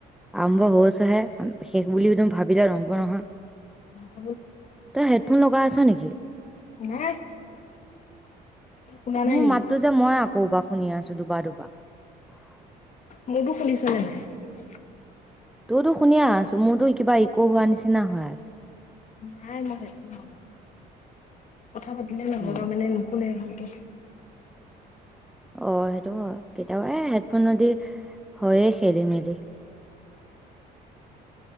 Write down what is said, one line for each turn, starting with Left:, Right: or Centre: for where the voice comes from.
Centre: আৰম্ভ হৈছে হে শেষ বুলি একদম ভাবিলে নহব নহয়
Left: ন <inaudible>
Centre: তই হেডফোন লগাই আছ নেকি
Left: নাই শুনা নাই
Centre: মোৰ
Left: নেকি
Centre: মাতো যে মই আকৌবাৰ শুনি আছো দুবাৰ দুবাৰ <unintelligible>
Left: মোৰতো শুনিছ নে নাই
Centre: তোৰতো শুনিয়েই আছো মোৰতো কিবা পঢ়োৱা নিচিনা হৈ আছে
Left: নাই মই হেডফোন নলগাও কথা পাতিলে নহ'ব
Centre: উম
Left: মানে নুশুনে ভালকে
Centre: অ সেইটো হয় কেতিয়াবা এ হেডফোনেদি হয় খেলি মেলি